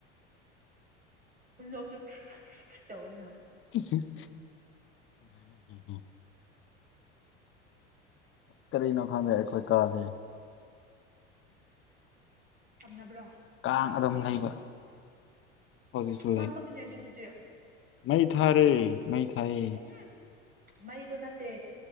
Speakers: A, on the right; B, on the left.
A: ꯍꯣꯏꯅꯇꯠꯇꯕꯅ
B: <inaudible> ꯑꯁ ꯀꯔꯤꯅꯣ ꯈꯪꯗꯦ ꯑꯩꯈꯣꯏ ꯀꯥꯁꯦ
A: ꯇꯝꯅꯕ꯭ꯔꯣ
B: ꯀꯥꯡ ꯑꯗꯨꯝ ꯂꯩꯕ ꯍꯧꯖꯤꯛꯁꯨ
A: ꯃꯝꯕꯒꯅꯦ
B: ꯂꯩ
A: ꯑꯗꯨꯕꯨꯗꯤ
B: ꯃꯩ ꯊꯥꯔꯦ ꯃ ꯊꯥꯏ
A: ꯎꯝ ꯃꯩꯗꯣ ꯅꯠꯇꯦ